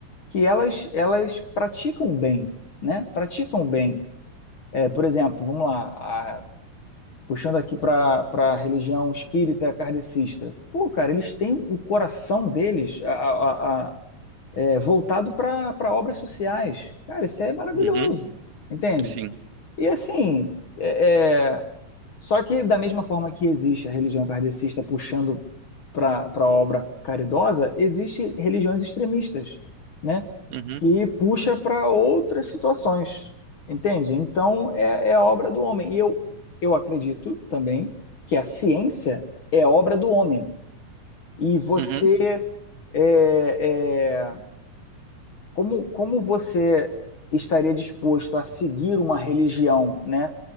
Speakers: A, on the left; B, on the right.
A: Que elas elas praticam bem, né? Praticam bem. É, por exemplo, vamos lá, puxando aqui para a religião espírita kardecista. Pô, cara, eles têm o coração deles a- a- a- é, voltado para obras sociais. Cara, isso é maravilhoso,
B: uhum,
A: entende?
B: sim.
A: E assim, é, é, só que, da mesma forma que existe a religião kardecista puxando para a obra caridosa, existe religiões extremistas, né?
B: Uhum,
A: Que puxa para outras situações, entende? Então, é, é a obra do homem. E eu, eu acredito também que a ciência é a obra do homem. E você,
B: uhum.
A: é, é, como, como você estaria disposto a seguir uma religião, né?